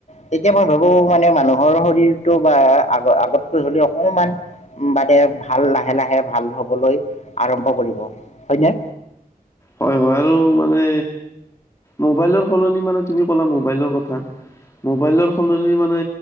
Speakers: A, on the left (about 50°); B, on the left (about 20°).
A: তেতিয়া মই ভাবো মানে মানুহৰ শৰীৰটো বা আগ আগতকৈ হ'লেও অকমান বাদে ভাল লাহে লাহে ভাল হবলৈ আৰম্ভ কৰিব হয়নে?
B: হয় হয় আৰু মানে মোবাইলৰ সলনি মানে তুমি ক'লা মোবাইলৰ কথা। মোবাইলৰ সলনি মানে